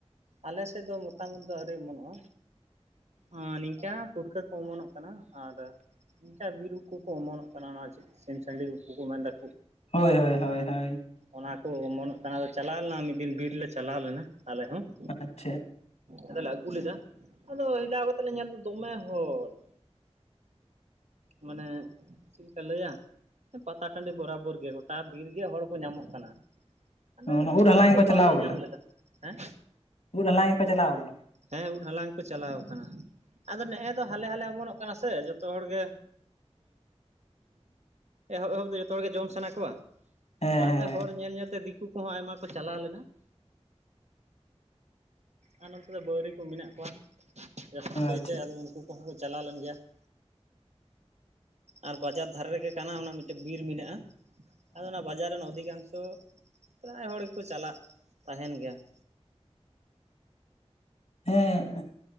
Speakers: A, on the right; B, on the left.
A: ᱟᱞᱮ ᱥᱮᱫ ᱫᱚ ᱢᱚᱛᱟᱢ ᱩᱫ ᱫᱚ ᱟᱹᱣᱨᱤ ᱚᱢᱚᱱᱚᱜ-ᱟ, ᱚ ᱱᱤᱝᱠᱟᱹ ᱯᱩᱴᱠᱟᱹ ᱠᱚ ᱚᱢᱚᱱᱚᱜ ᱠᱟᱱᱟ ᱟᱨ ᱤᱱᱠᱟ ᱵᱤᱨ ᱩᱫ ᱠᱚ ᱠᱚ ᱚᱢᱚᱱᱚᱜ ᱠᱟᱱᱟ, ᱚᱱᱟ ᱪᱮᱫ ᱥᱤᱢ ᱥᱟᱸᱹᱰᱤ ᱩᱫ ᱠᱚ ᱠᱚ ᱢᱮᱱᱫᱟ ᱾
B: ᱦᱳᱭ, ᱦᱳᱭ, ᱦᱳᱭ ᱦᱳᱭ ᱾
A: ᱚᱱᱟ ᱠᱚ ᱢᱚᱱᱚᱜ ᱠᱟᱱᱟ ᱟᱫᱚ ᱪᱟᱞᱟᱣ ᱞᱮᱱᱟ ᱢᱤᱫ ᱫᱤᱱ ᱵᱤᱨ ᱞᱮ ᱪᱟᱞᱟᱣ ᱞᱮᱱᱟ ᱟᱞᱮ ᱦᱚᱸ ᱾
B: ᱟᱪᱪᱷᱟ ᱾
A: ᱟᱫᱚ ᱞᱮ ᱟᱜᱩ ᱞᱤᱫᱟ, ᱟᱫᱚ ᱦᱮᱞᱟᱣ ᱠᱟᱛᱮᱜ ᱞᱮ ᱧᱮᱞ ᱫᱟ ᱫᱚᱢᱮ ᱦᱚᱲ ᱾ ᱢᱟᱱᱮ ᱪᱮᱫ ᱞᱮᱠᱟ ᱞᱟᱹᱭᱟ? ᱯᱟᱛᱟ ᱴᱟᱸᱹᱰᱤ ᱵᱚᱨᱟ ᱵᱳᱨ ᱜᱮ ᱜᱚᱴᱟ ᱵᱤᱨ ᱜᱮ ᱦᱚᱲ ᱠᱚ ᱧᱟᱢᱚᱜ ᱠᱟᱱᱟ ᱾ ᱟᱫᱚ ᱟᱞᱮ
B: ᱚᱱᱟ
A: ᱫᱚ
B: ᱩᱫ
A: ᱠᱷᱩᱵ
B: ᱦᱟᱞᱟᱝ
A: ᱫᱚ
B: ᱜᱮᱠᱚ
A: ᱵᱟᱞᱮ
B: ᱪᱟᱞᱟᱣ ᱠᱟᱱᱟ
A: ᱧᱟᱢ ᱞᱮᱫᱟ ᱾ ᱦᱮᱸ
B: ᱩᱫ ᱦᱟᱞᱟᱝ ᱜᱮᱠᱚ ᱪᱟᱞᱟᱣ ᱠᱟᱱᱟ
A: ᱦᱮᱸ ᱩᱫ ᱦᱟᱞᱟᱝ ᱠᱚ ᱪᱟᱞᱟᱣ ᱠᱟᱱᱟ ᱾ᱟᱫᱚ ᱱᱮᱜ--ᱮ ᱫᱚ ᱦᱟᱞᱮ ᱦᱟᱞᱮ ᱚᱢᱚᱱᱚᱜ ᱠᱟᱱᱟ ᱥᱮ, ᱡᱚᱛᱚ ᱦᱚᱲ ᱜᱮ ᱮᱦᱚᱵ ᱮᱦᱚᱵ ᱫᱚ ᱡᱚᱛᱚ ᱦᱚᱲ ᱜᱮ ᱡᱚᱢ ᱥᱟᱱᱟ ᱠᱚᱣᱟ ᱾
B: ᱦᱮᱸ
A: ᱚᱱᱟ
B: ᱦᱮᱸ
A: ᱛᱮ ᱦᱚᱲ ᱧᱮᱞ ᱧᱮᱞ ᱛᱮ ᱫᱤᱠᱩ ᱠᱚᱦᱚᱸ ᱟᱭᱢᱟ ᱠᱚ ᱪᱟᱞᱟᱣ ᱞᱮᱱᱟ ᱾ ᱟᱨ ᱱᱚᱱᱛᱮ ᱫᱚ ᱵᱟᱹᱣᱨᱤ ᱠᱚ ᱢᱮᱱᱟᱜ ᱠᱚᱣᱟ ᱡᱟᱹᱥᱛᱤ ᱠᱟᱭᱛᱮ
B: ᱟᱪᱪᱷᱟ
A: ᱟᱫᱚ ᱩᱱᱠᱩ ᱠᱚᱦᱚᱸ ᱠᱚ ᱪᱟᱞᱟᱣ ᱞᱮᱱ ᱜᱮᱭᱟ ᱾ ᱟᱨ ᱵᱟᱡᱟᱨ ᱫᱷᱟᱨᱮ ᱨᱮᱜᱮ ᱠᱟᱱᱟ ᱚᱱᱟ ᱢᱤᱫᱴᱮᱡ ᱵᱤᱨ ᱢᱮᱱᱟᱜ-ᱟ ᱾ ᱟᱫᱚ ᱚᱱᱟ ᱵᱟᱡᱟᱨ ᱨᱮᱱ ᱚᱫᱷᱤᱠᱟᱝᱥᱚ ᱯᱨᱟᱭ ᱦᱚᱲ ᱜᱮᱠᱚ ᱪᱟᱞᱟᱜ ᱛᱟᱦᱮᱸᱱ ᱜᱮᱭᱟ ᱾
B: ᱦᱮᱸ ᱾